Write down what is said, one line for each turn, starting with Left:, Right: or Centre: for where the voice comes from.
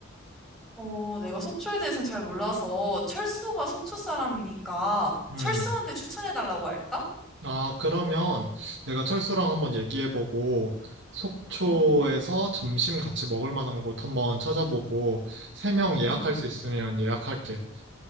Centre: 어 내가 속초에 대해서는 잘 몰라서 철수가 속초 사람이니까
Right: 음.
Centre: 철수한테 추천해 달라고 할까?
Right: 아, 그러면 내가 철수랑 한번 얘기해보고, 속초에서
Centre: 응,
Right: 점심 같이 먹을 만한 곳 한번 찾아보고, 세 명 예약할
Centre: 응.
Right: 수 있으면 예약할게.